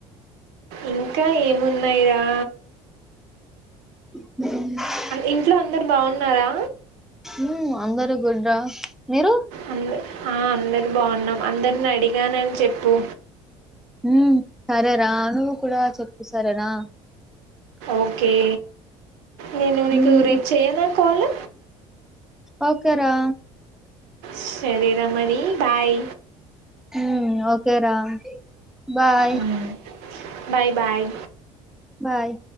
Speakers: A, on the right; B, in the centre.
A: ఇంకా ఏమున్నయిరా.
B: హ్
A: ఇంట్లో అందరు బావున్నారా?
B: హు అందరు గుడ్ రా. మీరు?
A: అంద ఆ అందరు బావున్నాం. అందరిని అడిగానని చెప్పు.
B: ఉ సరేరా. నువ్వు కూడా చెప్పు సరేనా.
A: ఓకే నేను నీకు
B: ఉమ్,
A: రేపు చెయనా కాల్.
B: ఓకేరా.
A: సరే రా మరి బాయ్.
B: హ్మ్ ఓకే రా బాయ్.
A: మ్మ్. Bye bye.
B: బాయ్.